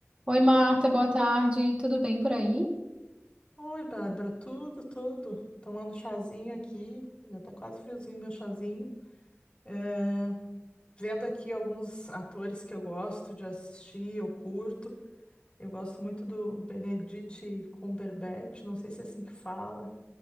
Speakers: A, on the right; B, on the left.
A: Oi, Marta, boa tarde. Tudo bem por aí?
B: Oi, Bárbara, tudo, tudo. Tomando um chazinho aqui, já tá quase friozinho meu chazinho. É, vendo aqui alguns atores que eu gosto de assistir, eu curto. Eu gosto muito do Benedict Cumberbatch, não sei se é assim que fala.